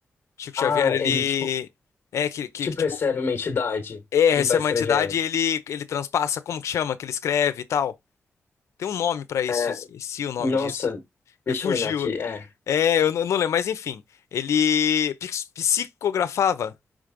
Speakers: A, on the left; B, on the left.
A: Chico
B: Ah,
A: Xavier, ele
B: ele, tipo,
A: é que, que,
B: tipo,
A: que, tipo,
B: recebe uma entidade
A: é
B: e
A: essa
B: vai
A: é
B: escrevendo.
A: uma entidade, ele ele transpassa, como que chama, que ele escreve e tal. Tem um nome pra isso,
B: É,
A: esqueci o nome
B: nossa,
A: disso.
B: deixa
A: Refugiu?
B: eu olhar aqui. É.
A: É, eu não não lembro, mas enfim, ele pix- psicografava